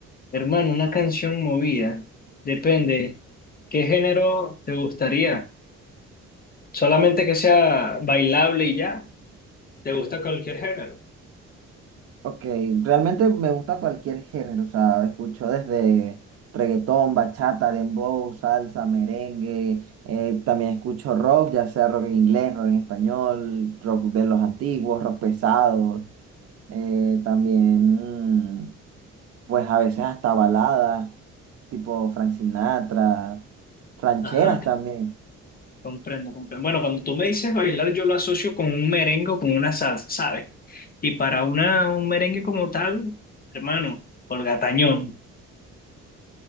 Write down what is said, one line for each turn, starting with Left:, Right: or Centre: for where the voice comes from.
Left: Hermano, una canción movida. Depende. ¿Qué género te gustaría? ¿Solamente que sea bailable y ya? ¿Te gusta cualquier género?
Right: Ok, realmente me gusta cualquier género, o sea, escucho desde reggaetón, bachata, dembow, salsa, merengue, eh, también escucho rock, ya sea rock en inglés, rock en español, rock de los antiguos, rock pesado, eh, también mm, pues a veces hasta baladas, tipo Frank Sinatra, rancheras
Left: Ajá,
Right: también.
Left: comprendo, comprendo. Bueno, cuando tú me dices bailar, yo lo asocio con un merengue o con una salsa, ¿sabes? Y para una, un merengue como tal, hermano, Olga Tañón.